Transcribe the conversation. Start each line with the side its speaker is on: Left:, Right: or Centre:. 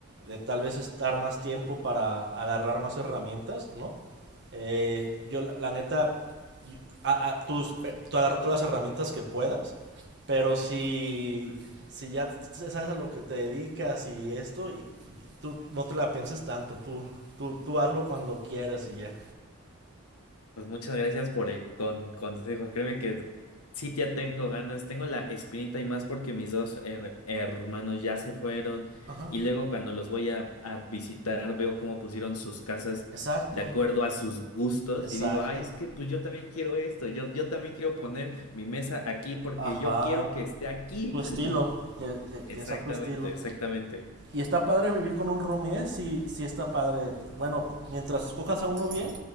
Right: de tal vez estar más tiempo para agarrar más herramientas, ¿no? Eh, yo, la, la neta, y- a- a- tus- pe- tú agarra todas las herramientas que puedas, pero si, si ya t- sabes a lo que te dedicas y esto, y- tú no te la pienses tanto, tú, tú, tú hazlo cuando quieras y ya.
Left: Pues muchas gracias por el con- consejo. Créeme que sí ya tengo ganas, tengo la espinita y más porque mis dos her- hermanos ya se fueron
Right: Ajá.
Left: y luego cuando los voy a, a visitar veo cómo pusieron sus casas
Right: Exacto,
Left: de acuerdo a sus gustos
Right: exacto.
Left: y digo, ay, es que pues yo también quiero esto, yo, yo también quiero poner mi mesa aquí porque
Right: Ajá,
Left: yo quiero que esté aquí.
Right: tu estilo,
Left: <laughs>
Right: que, que,
Left: Exactamente,
Right: que sea tu estilo.
Left: exactamente.
Right: Y está padre vivir con un roomie, ¿eh? sí, sí está padre. Bueno, mientras escojas a uno bien,